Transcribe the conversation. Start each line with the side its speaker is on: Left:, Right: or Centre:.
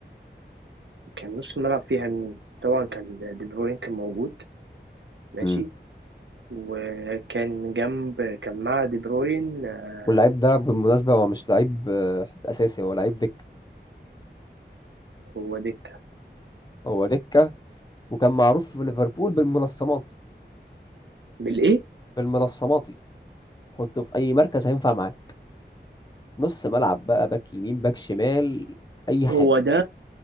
Right: كان نص الملعب فيها مين؟ طبعا كان د- دي بروين كان موجود ماشي
Left: امم
Right: وكان جنب كان مع دي بروين آه،
Left: واللعيب ده بالمناسبة هو مش لعيب آه، اساسي هو لعيب دكة
Right: هو دكة
Left: هو دكة وكان معروف في ليفربول بالمنصمات
Right: بالإيه؟
Left: بالمنصماتي حطه في اي مركز هينفع معاه نص ملعب بقى باك يمين باك شمال اي حاجة
Right: هو ده